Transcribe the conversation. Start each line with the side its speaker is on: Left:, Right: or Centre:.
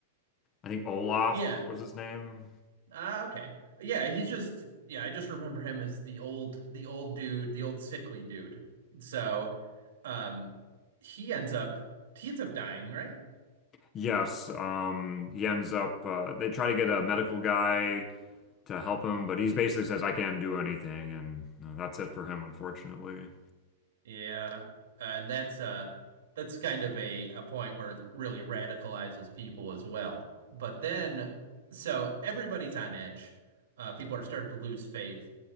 Left: I think Olaf
Right: yeah.
Left: was his name.
Right: Ah, okay. Yeah, he's just yeah, I just remember him as the old the old dude, the old sickly dude. So, um he ends up he ends up dying, right?
Left: Yes, um, he ends up. Uh, they try to get a medical guy to help him, but he basically says, "I can't do anything," and uh, that's it for him, unfortunately.
Right: Yeah. And that's uh that's kind of a a point where it really radicalizes people as well. But then so everybody's on edge. Uh people are starting to lose faith.